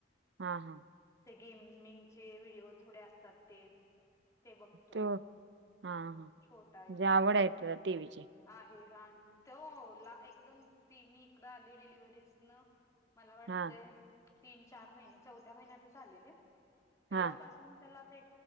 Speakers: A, on the right; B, on the left.
A: हां हां.
B: ते गेमिंगचे व्हिडिओ थोडे असतात ते ते बघतो.
A: तो हा हा म्हण
B: छोटा आहे
A: जे
B: तो
A: आवड आहे त टी वची.
B: आहे हा तो ला एकदम ती मी इकड आली डिलिव्हरीजन. मला वाटते
A: हा
B: तीन चार महिने चौथ्या महिन्यात झालेले तेव्हापून
A: हा
B: तून त्याला ते.